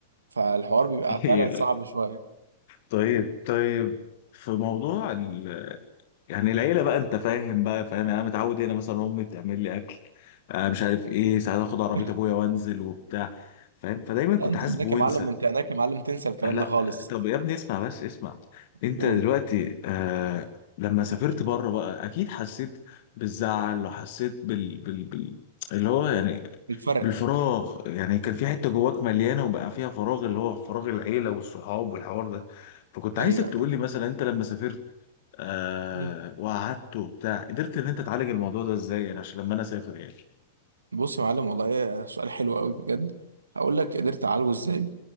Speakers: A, on the right; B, on the left.
A: فالحوار بيبقى
B: أيوه.
A: فعلا صعب شويه
B: طيب طيب في موضوع ال... يعني العيله بقى انت فاهم بقى فاهم يعني انا متعود هنا مثلا امي تعمل لي اكل آه مش عارف ايه ساعات اخد عربيه
A: <laughs>
B: ابويا وانزل وبتاع فاهم فدايما
A: لا
B: كنت
A: انت
B: حاسس
A: هناك
B: بونس
A: يا معلم انت هناك يا معلم تنسى الكلام
B: لا
A: ده خالص
B: طب يا ابني اسمع بس اسمع انت
A: قول
B: دلوقتي آه لما سافرت بره بقى اكيد حسيت بالزعل وحسيت بال... بال... بال... اللي هو يعني
A: الفرق
B: بالفراغ يعني كان في حتة جواك مليانة وبقى فيها فراغ اللي هو فراغ العيلة والصحاب والحوار ده فكنت عايزك
A: ايوه
B: تقول لي مثلا انت لما سافرت آه
A: ايوه
B: وقعدت وبتاع قدرت ان انت تعالج الموضوع ده ازاي يعني عشان لما انا اسافر يعني
A: بص يا معلم والله إيه، سؤال حلو قوي بجد هقول لك قدرت اعالجه ازاي